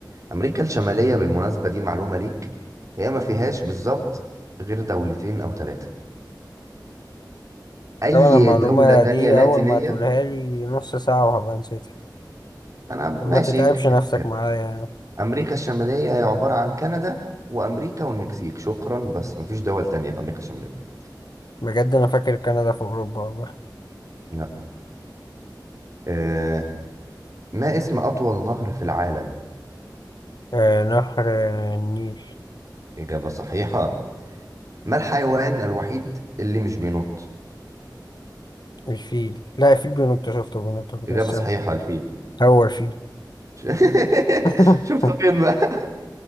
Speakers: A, on the right; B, on the left.
A: أمريكا الشمالية بالمناسبة دي معلومة ليك هي ما فيهاش بالظبط غير دولتين أو ثلاثة أي
B: طبعا المعلومة
A: دولة تانية
B: دي
A: لاتينية
B: أول ما تقولها لي نص ساعة وهبقى نسيتها
A: أنا ماشي
B: ما تتعبش
A: يمكن تفتكرها
B: نفسك معايا يعني.
A: أمريكا الشمالية هي عبارة عن كندا وأمريكا والمكسيك شكرا بس ما فيش دول تانية في أمريكا الشمالية
B: بجد أنا فاكر كندا في أوروبا والله
A: لا أه ما اسم أطول نهر في العالم
B: آه نهر آه، النيل
A: إجابة صحيحة ما الحيوان الوحيد اللي مش بينط
B: الفيل لا الفيل بينط شفته بينط في
A: إجابة
B: السما
A: صحيحة الفيل
B: هو الفيل
A: <laughs>
B: <laughs>
A: شفت فين بقى